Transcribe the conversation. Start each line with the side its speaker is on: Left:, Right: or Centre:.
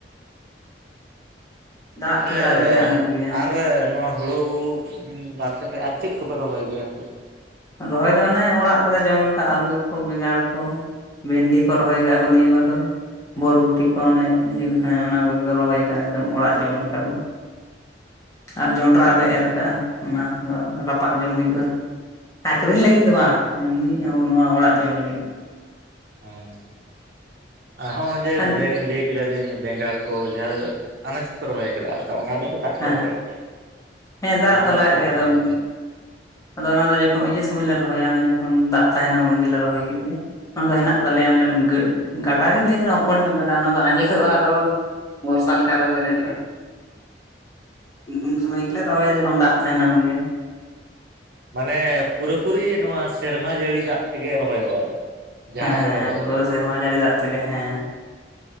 Left: ᱫᱟᱜ
Right: ᱛᱟᱦᱚᱞᱮ
Left: ᱛᱮᱫᱚ ᱟᱹᱣᱨᱤ ᱞᱮ ᱟᱱᱟᱴ ᱜᱮᱭᱟ
Right: ᱟᱨ ᱱᱚᱣᱟᱼᱼ ᱦᱩᱲᱩ ᱵᱟᱫ ᱠᱟᱛᱮᱮᱫ ᱟᱨ ᱪᱮᱫ ᱠᱚᱯᱮ ᱨᱚᱦᱚᱭ ᱜᱮᱭᱟ ᱚᱱᱛᱮ?
Left: ᱨᱚᱦᱚᱭ ᱫᱚ ᱚᱱᱮ ᱚᱲᱟᱜ ᱨᱮᱜ ᱡᱚᱢ ᱞᱮᱠᱟ ᱟᱹᱞᱩ ᱠᱚ ᱵᱮᱸᱜᱟᱲ ᱠᱚᱼᱼ ᱵᱷᱮᱱᱰᱤ ᱠᱚ ᱨᱚᱦᱚᱭ ᱟᱠᱟᱫᱼᱟ ᱠᱚ ᱱᱤᱭᱟᱹ ᱵᱟᱨ ᱫᱚ᱾ ᱵᱚᱨᱵᱚᱴᱤ ᱠᱚ ᱚᱱᱮ ᱤᱭᱟᱹ ᱦᱮᱸ ᱚᱱᱟ ᱠᱚᱜᱮ ᱠᱚ ᱨᱚᱦᱚᱭ ᱟᱠᱟᱫᱟ ᱱᱤᱛᱚᱝ ᱚᱲᱟᱜ ᱡᱚᱢ ᱞᱮᱠᱟ ᱫᱚ᱾ ᱟᱨ ᱡᱚᱸᱰᱨᱟ ᱞᱮ ᱮᱨ ᱠᱟᱜᱼᱟ ᱚᱱᱟ ᱫᱚ ᱨᱟᱯᱟᱜ ᱡᱚᱢ ᱦᱩᱭᱩᱜᱼᱟ᱾ ᱟᱠᱠᱷᱨᱤᱧ ᱞᱟᱹᱜᱤᱫ ᱫᱚ ᱵᱟᱝ ᱮᱢᱱᱤ ᱱᱚᱣᱟ ᱚᱲᱟᱜ ᱡᱚᱢ ᱞᱟᱹᱜᱤᱫ,
Right: ᱦᱮᱸ ᱟᱨ ᱦᱚᱸ ᱡᱮ
Left: ᱟᱨ
Right: ᱵᱮᱝᱠ ᱞᱟᱹᱭᱼᱼ ᱠᱮᱫᱟ ᱵᱮ ᱵᱮᱸᱜᱟᱲ ᱠᱚ ᱡᱟᱦᱟᱸ ᱟᱱᱟᱡ ᱠᱚᱯᱮ ᱨᱚᱦᱚᱭ ᱟᱠᱟᱫᱟ ᱚᱱᱟᱼᱼ ᱫᱟᱜ
Left: ᱦᱮᱸ
Right: ᱠᱚ ᱞᱟᱜᱟᱜ ᱜᱮᱭᱟ
Left: ᱦᱮᱸ
Right: ᱛᱚ ᱚᱱᱟ
Left: ᱫᱚ
Right: ᱫᱟᱜ
Left: ᱞᱟᱜᱟᱜ
Right: ᱠᱚᱫᱚ
Left: ᱜᱮᱭᱟ
Right: ᱚᱠᱟ
Left: ᱟᱫᱚ
Right: ᱨᱮᱯᱮ ᱧᱟᱢᱟ?
Left: ᱟᱫᱚ ᱚᱱᱟ ᱫᱚ ᱡᱚᱠᱷᱚᱱ ᱤᱭᱟᱹ ᱥᱚᱢᱚᱭ ᱞᱮ ᱨᱚᱦᱚᱭᱟ ᱚᱱᱮ ᱡᱚᱠᱷᱚᱱ ᱫᱟᱜ ᱛᱟᱦᱮᱱᱟ ᱩᱱ ᱜᱮᱞᱮ ᱨᱚᱦᱚᱭ ᱠᱮᱫ ᱜᱮ᱾ ᱚᱱᱟ ᱫᱚ ᱦᱮᱱᱟᱜ ᱛᱟᱞᱮᱭᱟ ᱜᱟᱰᱟ ᱜᱮ ᱞᱟᱹᱭ ᱜᱟᱱᱚᱜ ᱟ ᱦᱚᱯᱚᱱ ᱧᱚᱜ ᱜᱟᱰᱟ ᱚᱱᱟ ᱫᱚ ᱟᱸᱡᱮᱫᱚᱜᱼᱟ ᱟᱨᱚᱼᱼ ᱵᱚᱨᱥᱟ ᱞᱮᱠᱟ ᱟᱨᱦᱚᱸ ᱯᱮᱨᱮᱡᱚᱜᱼᱟ᱾ ᱩᱱ ᱥᱚᱢᱚᱭ ᱜᱮᱞᱮ ᱨᱚᱦᱚᱭᱟ ᱡᱚᱠᱷᱚᱱ ᱫᱟᱜ ᱛᱟᱦᱮᱱᱟ ᱩᱱᱜᱮ᱾
Right: ᱢᱟᱱᱮ ᱯᱩᱨᱟᱹ ᱯᱩᱨᱤ ᱱᱚᱣᱟ ᱥᱮᱨᱢᱟ ᱡᱟᱹᱲᱤ ᱫᱟᱜ ᱛᱮᱜᱮ ᱨᱚᱦᱚᱭᱚᱜᱼᱟ ᱡᱟᱦᱟᱱᱟᱜ
Left: ᱦᱮᱸ ᱦᱮᱸ
Right: ᱜᱮᱯᱮ ᱨᱚᱦᱚᱭᱟ?
Left: ᱯᱩᱨᱟᱹ ᱥᱮᱨᱢᱟ ᱡᱟᱹᱲᱤ ᱫᱟᱜ ᱛᱮᱜᱮ ᱦᱮᱸ